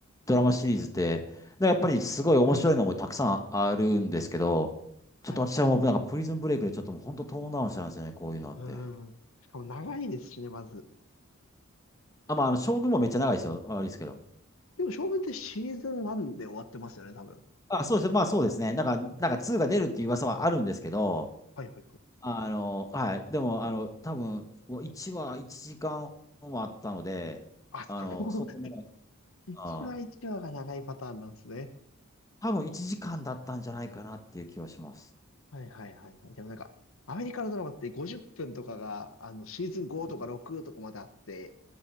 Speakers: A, on the left; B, on the left.
A: ドラマシリーズって、でやっぱりすごい面白いのもたくさんあるんですけど、ちょっと私はもうなんかプリズンブレイクでちょっともう本当トーンダウンしたんですよね、
B: はい。
A: こういうのって。
B: うーん。しかも長いですしね、まず。
A: あ、まあ、あの、将軍もめっちゃ長いですよ。あれですけど。
B: でも将軍ってシーズン1で終わってますよね、多分。
A: あ、そうです。まあそうですね。なんか、なんか2が出るっていう噂はあるんですけど、
B: はいはいはい。
A: あの、はい。でも、あの、多分、もう1話1時間はあったので、
B: あ、そう。
A: あの、相当長い、
B: <laughs> 1話1話が長いパターンなんですね。
A: あー、多分1時間だったんじゃないかなっていう気はします。
B: はいはいはいはい。でもなんか、アメリカのドラマって50分とかが、あの、シーズン5とか6とかまであって、
A: うん、